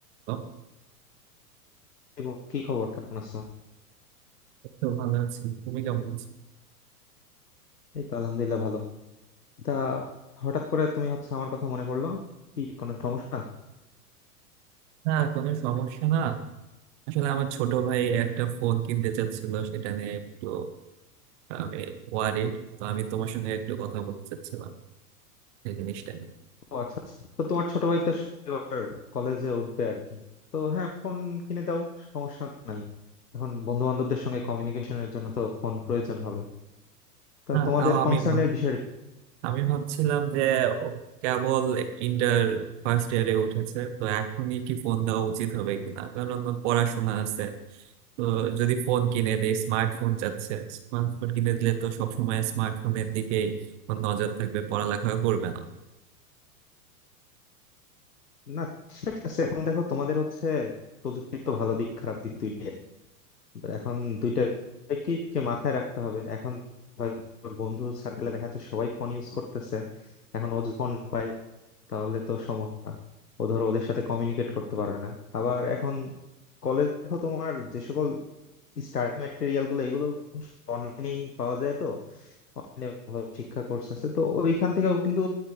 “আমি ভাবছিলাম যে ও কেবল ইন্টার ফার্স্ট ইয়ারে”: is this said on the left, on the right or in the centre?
Right